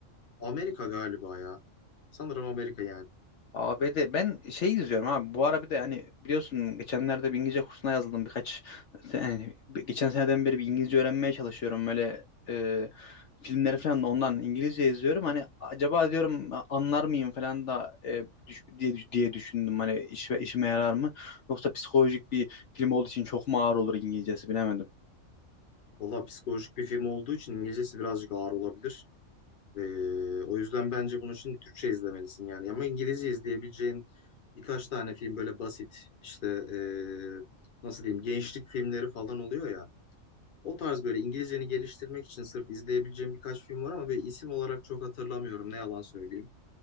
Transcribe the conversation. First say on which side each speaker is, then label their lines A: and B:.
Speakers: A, on the left; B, on the left.
A: Amerika galiba ya. Sanırım Amerika yani.
B: ABD ben şey izliyorum abi bu ara bir de hani biliyorsun geçenlerde bir İngilizce kursuna yazıldım birkaç yani bir- geçen seneden beri bir İngilizce öğrenmeye çalışıyorum böyle e, filmleri falan da ondan İngilizce izliyorum hani acaba diyorum anlar mıyım falan da e, düş- diye diye düşündüm hani iş, işime yarar mı yoksa psikolojik bir film olduğu için çok mu ağır olur İngilizcesi bilemedim.
A: Valla psikolojik bir film olduğu için İngilizcesi birazcık ağır olabilir. Ee, o yüzden bence bunun için Türkçe izlemelisin yani. Ama İngilizce izleyebileceğin birkaç tane film böyle basit işte ee, nasıl diyeyim gençlik filmleri falan oluyor ya. O tarz böyle İngilizceni geliştirmek için sırf izleyebileceğim birkaç film var ama böyle isim olarak çok hatırlamıyorum ne yalan söyleyeyim.